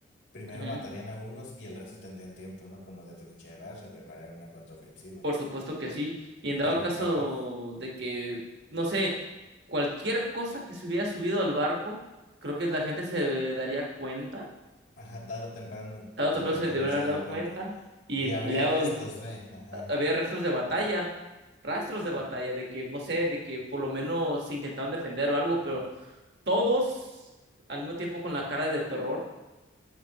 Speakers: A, on the left; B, on the right.
A: primero
B: Ujú.
A: matarían a unos y el resto tendrían tiempo, ¿no? Como de trincherarse, preparar una contraofensiva,
B: Por supuesto que sí. Y en dado
A: pero
B: caso
A: acá no.
B: de que, no sé, cualquier cosa que se hubiera subido al barco, creo que la gente se daría cuenta.
A: Ajá, tarde o temprano
B: Tarde
A: tendrían
B: o temprano se
A: que
B: deberían
A: haberse
B: haber
A: dado
B: dado
A: cuenta.
B: cuenta y
A: Y habría
B: peleado
A: restos de, ajá,
B: había rastros de batalla, rastros de batalla, de que, no sé, de que por lo menos se intentaban defender o algo, pero todos al mismo tiempo con la cara de terror,